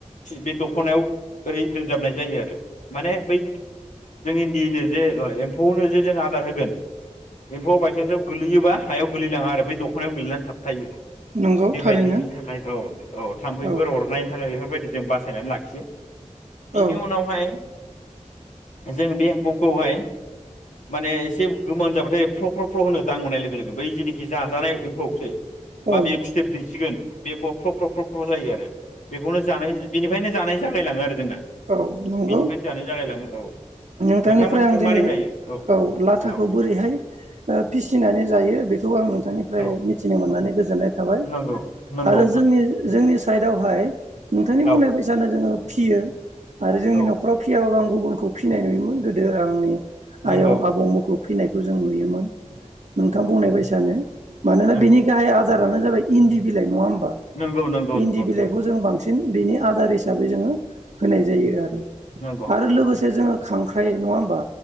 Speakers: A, on the left (about 70°); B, on the right (about 60°).
A: बे दख'नायाव ओरै दोनजाबनाय जायो आरो माने बै जों इन्दिनो जे एम्फौआवनो जे जों आदार होगोन एम्फौआव बायसान्सआव गोगलैयोबा हायाव गोलैनाङा आरो बै दख'नायाव गोलैनानै थाबथायो।
B: नंगौ
A: बेबायदिनि
B: थारैनो
A: थाखाय औ औ थाम्फैफोर
B: औ
A: अरनाय थाखाय बे <unintelligible> बासायना लाखियो। बिनि
B: औ
A: उनावहाय जों बे एम्फौखौहाय माने एसे गोमोन जाबाथाय फ्ल फ्ल फ्ल होनो दां मोननाय लोगो लोगो बै जेनोखि जाजानाय एम्फौसै बाबे
B: औ
A: फिथोब दैसिगोन बे फ्र फ्र फ्र फ्र फ्र जायो आरो बेखौनो जानाय बेनिफ्रायनो जानाय जाग यैलाङो आरो जोंना। बेनिफ्रायनो
B: औ नंगौ
A: जानाय जालायलाङो औ।
B: नोंथांनिफ्राय
A: नोंथांमोनथिं
B: आं दिनै
A: मारै जायो
B: औ लाथाखौ
A: औ
B: बोरैहाय ओ फिसिनानै जायो बेखौ आंनो थांनिफ्राय
A: औ
B: मिथिनो मोननानै गोजोननाय थाबाय
A: नंगौ नंगौ
B: आरो
A: नोंथां
B: जोंनि जों नि साइदआवहाय नोंथांनि
A: औ
B: बुंनाय बैसानो जोङो फिसियो। आरो जोंनि
A: औ
B: नख'राव फिसियाबाबो आं गुबुन फिसिनाय नुयोमोन गोदो आंनि
A: नंगौ
B: आयं आबौ मुखुब फैसिनायखौ जों नुयोमोन। नोंथां बुंनाय बायसानो मानोना
A: नंगौ
B: बिनि गाहाय आजार आनो जाबाय इन्दि बिलाइ नङा ओम
A: नंगौ नंगौ
B: इन्दि
A: नंगौ नोंथां
B: बिलाइखौ जों बांसिन बेनि आदार हिसाबै जोङो होनाय जायो आरो।
A: नंगौ
B: आरो
A: नंगौ।
B: लोगोसे जोङो खांख्राइ नङा होमबा?